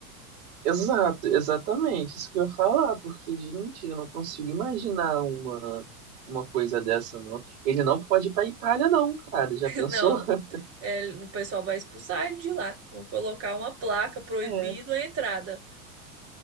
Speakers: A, on the right; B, on the right.
A: Exato, exatamente, isso que eu ia falar, porque, gente, eu não consigo imaginar uma, uma coisa dessa, não. Ele não pode ir pra Itália, não, cara, já
B: <laughs>
A: pensou?
B: Não,
A: <laughs>
B: é, o pessoal vai expulsar ele de lá. Vão colocar uma placa proibido
A: É,
B: a entrada.